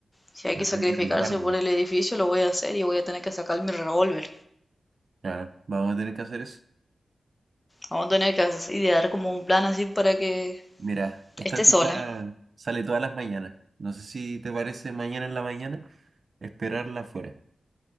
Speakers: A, on the left; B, on the right.
A: si hay
B: Habrá
A: que sacrificarse
B: que arriesgarnos.
A: por el edificio, lo voy a hacer y voy a tener que sacar mi revólver.
B: Claro, vamos a tener que hacer eso.
A: Vamos a tener que idear como un plan así para que
B: Mira, esta
A: esté
B: tipa
A: sola
B: sale todas las mañanas. No sé si te parece mañana en la mañana esperarla afuera.